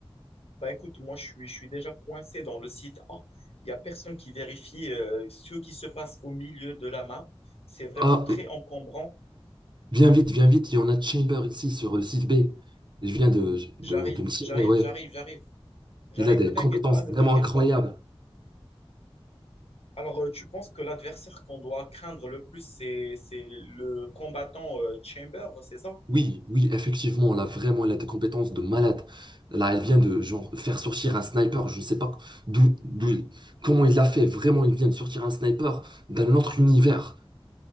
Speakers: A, on the left; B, on the right.
A: Bah écoute, moi je suis, je suis déjà coincé dans le site A. Il n'y a personne qui vérifie euh, ce qui se passe au milieu de la map. C'est vraiment
B: Ah,
A: très encombrant.
B: Viens vite, viens vite, il y en a Chamber ici sur le site B. Et je viens de, de,
A: J'arrive,
B: de me tirer,
A: j'arrive,
B: ouais.
A: j'arrive, j'arrive, j'arrive.
B: Il a des
A: Ne t'inquiète
B: compétences
A: pas, ne
B: vraiment
A: t'inquiète
B: incroyables.
A: pas. Alors, euh, tu penses que l'adversaire qu'on doit craindre le plus, c'est, c'est le combattant euh, Chamber, c'est ça?
B: Oui, oui, effectivement, là, vraiment, il a des compétences de malade. Là, elle vient de, genre, faire sortir un sniper. Je ne sais pas d'où, d'où, il- comment il l'a fait. Vraiment, il vient de sortir un sniper d'un autre univers.